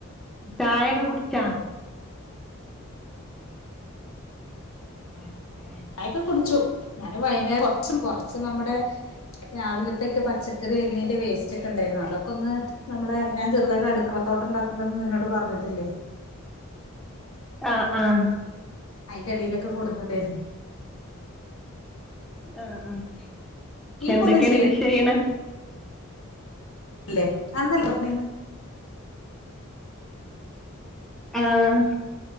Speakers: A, in the centre; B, on the left.
A: ചായ ഒക്കെ കുടിച്ചോ? ആ ആ
B: ചായ ഒക്കെ കുടിച്ചു, ഞാാന് വൈകുന്നേരം കൊറച്ച് കൊറച്ച് നമ്മുടെ. രാവിലത്തേക്ക് പച്ചക്കറി അരിഞ്ഞതിന്റെ വേസ്റ്റ് ഒക്കെ ഉണ്ടായിരുന്നു, അതൊക്കെ ഒന്ന്. നമ്മളെ ഞാൻ ചെറുതായിട്ട് അടുക്കള തോട്ടം ഉണ്ടാക്കുണ്ടെന്ന് നിന്നോട് പറഞ്ഞിട്ടില്ലേ?
A: ആഹ് ആഹ്
B: അയിന്റെ അടിയിലൊക്കെ കൊണ്ടു വന്നിടുന്നുണ്ടായിരുന്നു.
A: ആഹ് ആഹ്
B: നീ ഇപ്പൊ
A: എന്തൊക്കെയാണ്
B: ഒന്നും ചെയ്യ
A: കൃഷി ചെയ്യണേ.
B: അല്ലേ, അന്നല്ലേ പറഞ്ഞത്.
A: ആഹ്